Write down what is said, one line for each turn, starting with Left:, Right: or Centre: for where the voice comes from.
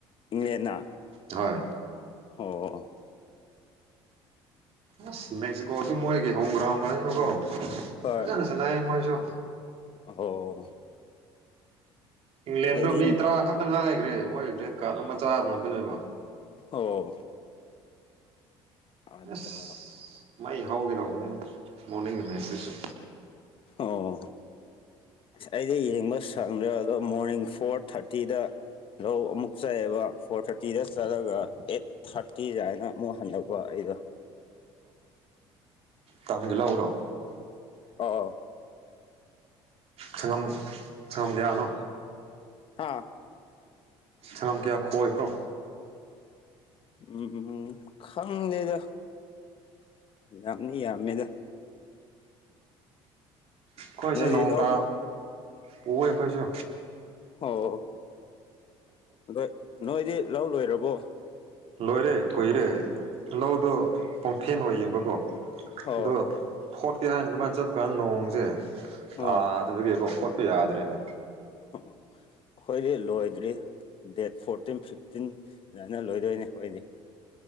Left: ꯏꯪꯂꯦꯟꯅ
Right: ꯍꯣꯏ
Left: ꯑꯣ
Right: ꯑꯁ ꯃꯦꯛꯁꯤꯀꯣꯁꯨ ꯃꯣꯏꯒꯤ ꯍꯣꯡꯒ꯭ꯔꯥꯎꯟ ꯉꯗꯅꯣꯀꯣ
Left: ꯍꯣꯏ
Right: ꯐꯖꯅ ꯆꯥꯟꯅꯩ ꯃꯣꯏꯁꯨ
Left: ꯑꯣ
Right: ꯏꯪꯂꯦꯟꯗꯣ
Left: ꯑꯩꯗꯤ
Right: ꯃꯤ ꯇꯔꯥ ꯈꯛꯇ ꯉꯥꯏꯈ꯭ꯔꯦ ꯃꯣꯏ ꯔꯦꯠ ꯀꯥꯔꯠ ꯑꯃ ꯆꯥꯗꯅꯕꯅꯦꯕ
Left: ꯑꯣ ꯑꯗ
Right: ꯑꯁ ꯃꯩ ꯍꯧꯥꯎꯈꯤꯗꯧꯕꯅꯦ ꯃꯣꯔꯅꯤꯡ ꯏꯃꯦꯖꯇꯨꯁꯨ
Left: ꯑꯣ ꯑꯁ ꯑꯩꯗꯤ ꯌꯦꯡꯕ ꯁꯪꯗ꯭ꯔꯦ ꯑꯗꯣ ꯃꯣꯔꯅꯤꯡ ꯐꯣꯔ ꯊꯥꯔꯇꯤꯗ ꯂꯧ ꯑꯃꯨꯛ ꯆꯥꯏꯑꯦꯕ ꯐꯣꯔ ꯊꯥꯔꯇꯤꯗ ꯆꯠꯂꯒ ꯑꯩꯠ ꯊꯥꯔꯇꯤ ꯁꯥꯏꯅ ꯑꯃꯨꯛ ꯍꯟꯗꯛꯄ ꯑꯩꯗꯣ <inaudible>
Right: ꯇꯝꯒꯦ ꯂꯧꯔꯣ
Left: ꯑ
Right: ꯁꯪꯉꯝ ꯁꯪꯉꯝ ꯀꯌꯥꯅꯣ
Left: ꯑꯥ
Right: ꯁꯅꯝ ꯀꯌꯥ ꯈꯣꯏꯕ꯭ꯔꯣ
Left: ꯎꯝ ꯈꯪꯗꯦꯗ ꯌꯥꯝꯅꯤ ꯌꯥꯝꯃꯦꯗ
Right: ꯑꯩꯈꯣꯏꯁꯦ
Left: ꯅꯣꯏꯗꯤ
Right: ꯅꯣꯡꯇ
Left: ꯂꯧ
Right: ꯎꯎꯏ ꯑꯩꯈꯣꯏꯁꯨ
Left: ꯑꯣ ꯅꯣꯏ ꯅꯣꯏꯗꯤ ꯂꯧ ꯂꯣꯏꯔꯕꯣ
Right: ꯂꯣꯏꯔꯦ ꯀꯨꯏꯔꯦ ꯂꯧꯗꯣ ꯄꯣꯡꯐꯦꯟ ꯑꯣꯏꯌꯦꯕꯀꯣ
Left: ꯑꯣ
Right: ꯑꯗ ꯐꯣꯔꯠꯀꯤꯦ ꯍꯥꯏꯅ ꯑꯗꯨꯃꯥꯏꯅ ꯆꯠꯄ ꯀꯥꯟꯗ ꯅꯣꯡꯁꯦ
Left: ꯑꯣ
Right: ꯇꯥꯗꯕꯒꯤꯀꯣ ꯈꯣꯠꯄ ꯌꯥꯗ꯭ꯔꯦꯅꯦ
Left: ꯑꯣ ꯑꯩꯈꯣꯏꯗꯤ ꯂꯣꯏꯗ꯭ꯔꯤ ꯗꯦꯠ ꯐꯣꯔꯇꯤꯟ ꯐꯤꯐꯇꯤꯟ ꯑꯗꯨꯃꯥꯏꯅ ꯂꯣꯏꯗꯣꯏꯅꯦ ꯑꯩꯈꯣꯏ ꯑꯩꯗꯤ